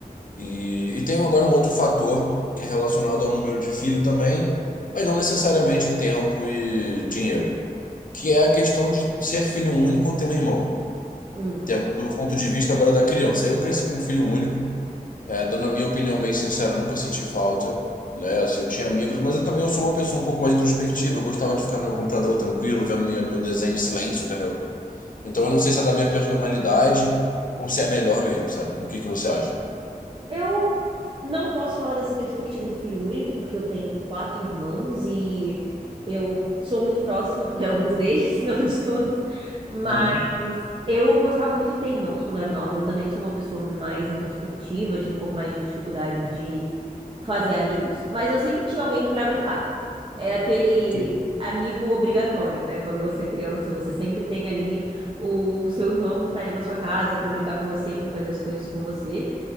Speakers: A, on the left; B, on the right.
A: E, e tem agora um outro fator que é relacionado ao número de filho também, mas não necessariamente tempo e dinheiro, que é a questão de ser filho único ou ter um irmão.
B: Hum.
A: Tendo do ponto de vista agora da criança. Eu cresci como filho único. É, dando a minha opinião bem sincera, eu nunca senti falta, né? Assim, eu tinha amigos, mas eu também eu sou uma pessoa um pouco mais introspectiva. Eu gostava de ficar no meu computador tranquilo, vendo minha, meu desenho em silêncio, entendeu? Então eu não sei se é da minha personalidade ou se é melhor mesmo, sabe? O que que você acha?
B: Eu não posso falar dessa perspectiva do filho único, porque eu tenho quatro irmãos e eu sou muito próxima de alguns deles, <laughs> não de todos, mas
A: Uhum,
B: eu gostava muito de ter irmãos quando eu era nova. Eu também sou uma pessoa mais introspectiva, tinha um pouco mais de dificuldade de fazer amigos, mas eu sempre tinha alguém pra brincar. É aquele
A: sim.
B: amigo obrigatório, né? Quando você é criança, você sempre tem ali o, seu irmão que tá ali na sua casa pra brincar com você, pra fazer as coisas com você.